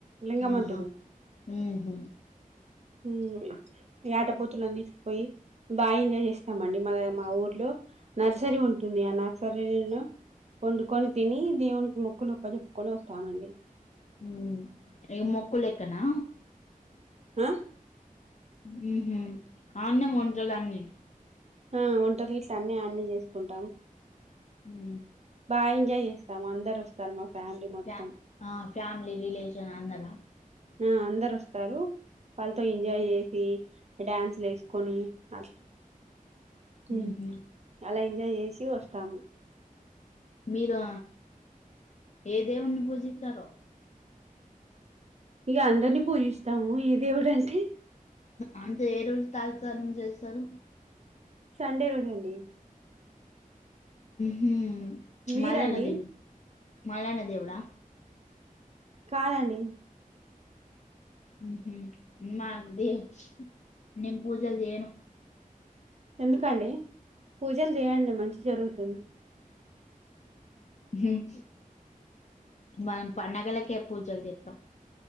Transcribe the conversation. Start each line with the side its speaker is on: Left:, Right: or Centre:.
Right: లింగమంతుడు
Left: ఆహా హుహ్
Right: హ్ యాటపోతులను తీసుకుపోయి బాఎంజాయ్ చేస్ స్తామండి. మా మా ఊర్లో నర్సరీ ఉంటుంది. ఆ నర్సరీలో వండుకొని తిని, దేవునికి మొక్కులు అప్ప చెప్పుకొని వస్తామండి.
Left: ఉమ్. ఇగ మో కులెక్కనా.
Right: ఆ
Left: హుహ్ ఆన్నే వంటలన్నీ
Right: ఆ వంటలు గిట్లా అన్నీ అన్నే చేసుకుంటం.
Left: ఉ
Right: బాగా ఎంజాయ్ చేస్తాము అందరు వస్తారు మా ఫ్యామిలీ మొత్తం
Left: ఫ్యా ఆ ఫ్యామిలీ రిలేషన్ అన్నలా
Right: ఆ అందరు వస్తారు. వాళ్ళతో ఎంజాయ్ చేసి డ్యాన్స్లు ఎసుకొని అట్లా హ్
Left: ఉహు
Right: అలా ఎంజాయ్ చేస్ చివస్ తాము.
Left: మీరు ఏ దేవున్ని పూజిస్తరో
Right: ఇగ అందరినీ పూజిస్తాము ఏ దేవుడు అంటే
Left: అంటే ఏ రోజు తలస్నానం చేస్తరు.
Right: సండే రోజు అండి.
Left: హుహ్
Right: మీరండి
Left: మల్లన్న దేవుడు. మల్లన్న దేవుడా
Right: కాలనీ
Left: మ్ మహాదేవ్ నేను పూజలు చేయను
Right: ఎందుకండీ పూజలు చేయండి మంచి జరుగు కన్ను
Left: హ్మ్మ్ మనం పండగలకే పూజలు చేత్తం